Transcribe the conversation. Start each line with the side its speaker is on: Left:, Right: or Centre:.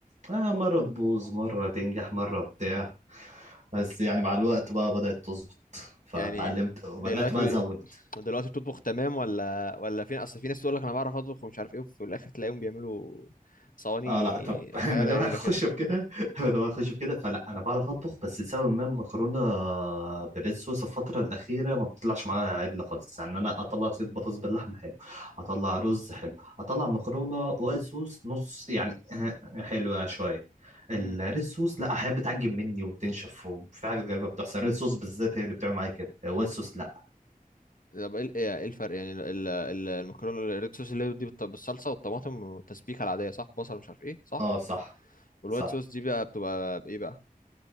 Right: آه مره تبوظ مره تنجح مره بتاع بس يعني مع الوقت بقى بدأت تظبط فتعلمت
Left: يعني
Right: وبدأت
Left: دلوقتي
Right: بقى أزود
Left: دلوقتي بتطبخ تمام ولا ولا فين اصل في ناس تقول لك انا بعرف اطبخ ومش عارف ايه وفي الاخر تلاقيهم بيعملوا صواني
Right: اه لا طب <laughs>
Left: حاجات
Right: ما دام
Left: غريبة
Right: هخش
Left: كده
Right: بكده <laughs> ما دام هخش بكده فلا انا بعرف اطبخ بس لسبب ما المكرونه بريد صوص الفتره الاخيره ما بتطلعش معايا عدله خالص يعني انا اطلع زيت بطاطس باللحمه حلو اطلع رز حلو اطلع مكرونه وايت صوص نص يعني <laughs> حلوه شويه الريد
Left: امم
Right: صوص لا احيانا بتعجب مني وبتنشف وفي حاجات غريبه بتحصل الريد صوص بالذات هي اللي بتعمل معايا كده الوايت صوص لا
Left: طب ايه ايه إيه الفرق يعني ال- ال- المكرونه الريد صوص اللي هي دي بالط- بالصلصه والطماطم والتسبيكه العاديه صح بصل مش عارف ايه صح
Right: اه صح
Left: والوايت
Right: صح
Left: صوص دي بقى بتبقى بايه بقى